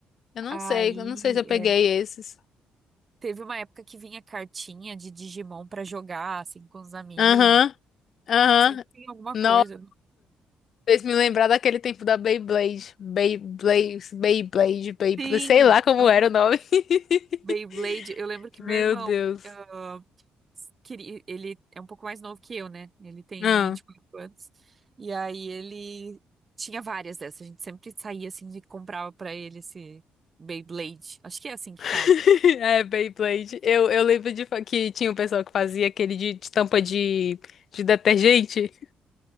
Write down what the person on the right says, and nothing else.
Aí
é,
teve uma época que vinha cartinha de Digimon pra jogar assim com os amigos.
Sempre tinha alguma
coisa.
Sim,
aham.
Beyblade. Eu lembro que
meu irmão
ah, queria, ele é um pouco mais novo que eu, né? Ele tem
24 anos. E aí ele tinha várias dessas. A gente sempre saía assim e comprava pra ele esse Beyblade. Acho que é assim que fala.